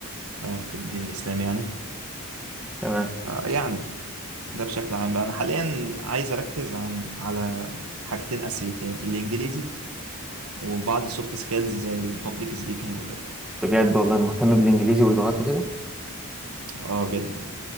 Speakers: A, on the right; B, in the centre.
A: آه، في الدين الإسلامي يعني
B: تمام
A: آه، يعني ده بشكل عام بقى أنا حاليا عايز أركز عن على حاجتين أساسيتين الإنجليزي وبعض السوفت سكيلز زي البابليك سبيكنج وكده
B: بجد والله مهتم بالانجليزي واللغات وكده
A: اه جدا